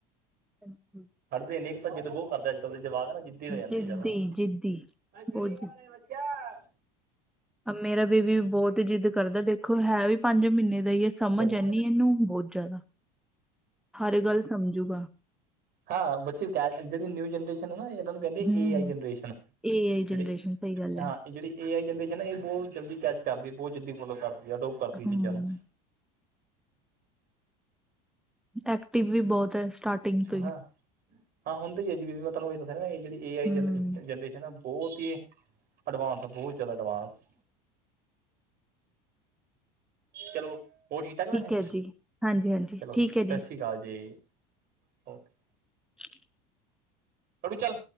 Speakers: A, in the centre; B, on the right.
A: ਹੰਜੀ ਹਮ।
B: ਖੜਦੇ ਨੀ ਇੱਕ ਤਾਂ ਜਿੱਦ ਬੋਹ ਕਰਦੇ ਅੱਜ ਕੱਲ ਦੇ ਜਵਾਕ ਨਾ ਜਿੱਦੀ ਹੋ ਜਾਂਦੇ
A: ਜਿੱਦੀ
B: ਜਾਦਾ।
A: ਜਿੱਦੀ
B: ਕਿਆ?
A: ਬਹੁਤ ਆ ਮੇਰਾ ਬੇਬੀ ਵੀ ਬਹੁਤ ਜਿੱਦ ਕਰਦਾ ਦੇਖੋ ਹੈ ਵੀ ਪੰਜ ਮਹੀਨੇ ਦਾ ਹੀ ਹੈ ਸਮਝ
B: ਚਲੋ
A: ਇਹਨੀ ਇਹਨੂੰ ਬਹੁਤ। ਜਾਦਾ ਹਰ ਗੱਲ ਸੰਮਝੂਗਾ।
B: ਹਾਂ ਬੱਚੇ ਕਹਿ ਜਿਹੜੀ ਨਿਊ ਜਨਰੇਸ਼ਨ ਹੈ ਨਾ ਇਹਨਾਂ ਨੂੰ ਕਹਿੰਦੇ
A: ਹੂੰ
B: ਏ ਆਈ ਜਨਰੇਸ਼ਨ।
A: ਏ ਆਈ
B: ਜਿਹੜੀ
A: ਜਨਰੇਸ਼ਨ ਸਹੀ ਗੱਲ ਹੈ।
B: ਹਾਂ ਇਹ ਜਿਹੜੀ ਏ ਆਈ ਜਨਰੇਸ਼ਨ ਹੈ ਇਹ ਬੋਤ ਜਲਦੀ ਕੈਚ ਕਰਦੀ ਬੋਤ ਜਲਦੀ ਫੋਲੋ ਕਰਦੀ। ਜਦੋਂ ਕਰਦੀ
A: ਹੂੰ
B: ਸੀ ਜਾਦਾ।
A: ਐਕਟਿਵ ਵੀ ਬੋਤ ਹੈ। ਸਟਾਰਟਿੰਗ ਤੋਂ ਹੀ
B: ਹਾਂ ਹਾਂ ਹੁੰਦੀ ਹੀ ਆ ਜੀ ਬੀਬੀ ਮੈਂ ਤੁਹਾਨੂੰ ਏਹੀ ਤਾ ਕਿਹਰਿਆ ਨਾ ਇਹ ਜਿਹੜੀ ਏ ਆਈ
A: ਹੂੰ
B: ਜਨਰੇਸ਼ਨ ਆ। ਬਹੋਤ ਹੀ ਐਡਵਾਂਸ ਆ ਬਹੋਤ ਜਾਦਾ ਐਡਵਾਂਸ। ਚਲੋ ਹੋਰ ਠੀਕ ਠਾਕ ਵੈਸੇ
A: ਹੈ ਜੀ ਹਾਂਜੀ ਹਾਂਜੀ
B: ਚਲੋ
A: ਠੀਕ
B: ਸਤਿ
A: ਹੈ ਜੀ
B: ਸ਼੍ਰੀ ਅਕਾਲ ਜੀ। ਓਕੇ।
A: ਹ।
B: ਤੋੜੀ ਚੱਲ।